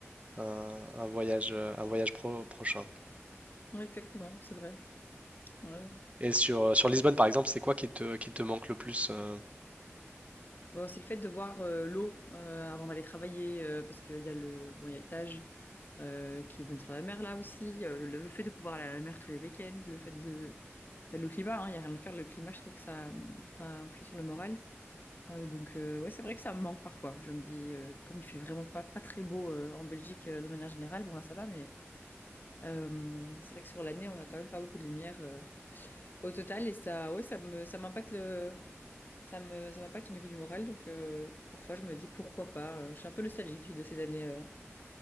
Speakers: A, on the right; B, on the left.
A: un- un voyage, euh, un voyage pro- prochain.
B: Oui, exactement, c'est vrai. Ouais.
A: Et sur, sur Lisbonne, par exemple, c'est quoi qui te, qui te manque le plus? euh,
B: Bon, c'est le fait de voir euh, l'eau euh, avant d'aller travailler, euh, parce qu'il y a le, bon, il y a le Tage euh, qui donne sur la mer là aussi. euh, le, le fait de pouvoir aller à la mer tous les week-ends, le fait de, le climat, hein, il n'y a rien à faire. Le climat, je trouve que ça, ça influe sur le moral. Euh, donc, euh, ouais, c'est vrai que ça me manque parfois. Je me dis, euh, comme il fait vraiment pas, pas très beau euh, en Belgique euh, de manière générale, bon, là, ça va, mais euh, c'est vrai que sur l'année, on n'a quand même pas beaucoup de lumière euh, au total. Et ça, ouais, ça me, ça m'impacte le. Ça me, ça m'impacte au niveau du moral, donc euh, parfois je me dis pourquoi pas. Euh, Je suis un peu nostalgique de ces années, euh,